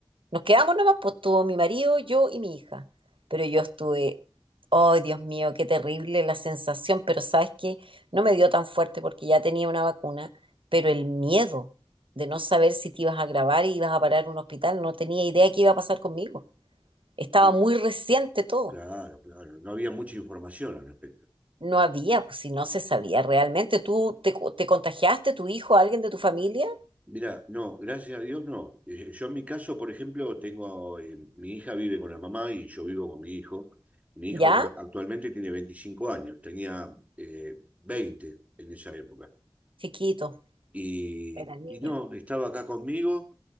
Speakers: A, on the right; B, on the right.
A: nos quedamos nomás, pues estuvo mi marido, yo y mi hija. Pero yo estuve, oh Dios mío, qué terrible la sensación, pero sabes que no me dio tan fuerte porque ya tenía una vacuna, pero el miedo de no saber si te ibas a grabar y ibas a parar en un hospital, no tenía idea qué iba a pasar conmigo. Estaba
B: y-
A: muy reciente todo.
B: claro, claro. No había mucha información al respecto.
A: No había, pues si no se sabía realmente. ¿Tú te, co- te contagiaste, tu hijo, alguien de tu familia?
B: Mira, no, gracias a Dios no. Eh, yo en mi caso, por ejemplo, tengo, eh, mi hija vive con la mamá y yo vivo con mi hijo. Mi hijo
A: ¿Ya?
B: ta- actualmente tiene 25 años, tenía eh, 20 en esa época.
A: Chiquito,
B: Y,
A: era niño,
B: y no, estaba acá conmigo,